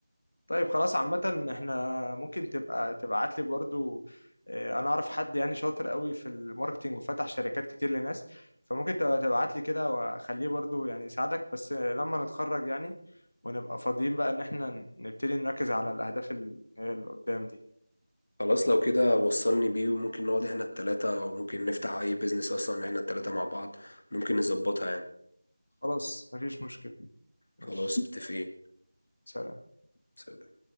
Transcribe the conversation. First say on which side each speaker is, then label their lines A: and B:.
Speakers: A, on the left; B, on the left.
A: طيب خلاص عامة احنا ممكن تبقى تبعت لي برضو اه، انا اعرف حد يعني شاطر قوي في الماركتينج وفتح شركات كتير لناس فممكن تبقى تبعت لي كده واخليه برضو يعني يساعدك بس اه، لما نتخرج يعني ونبقى فاضيين بقى ان احنا نبتدي نركز على الاهداف اللي اللي قدام دي
B: خلاص لو كده وصلني بيه وممكن نقعد إحنا التلاتة وممكن نفتح أي بيزنس أصلا إحنا التلاتة مع بعض ممكن نظبطها يعني
A: خلاص مفيش مشكلة ماشي
B: خلاص متفقين
A: سلام
B: سلام.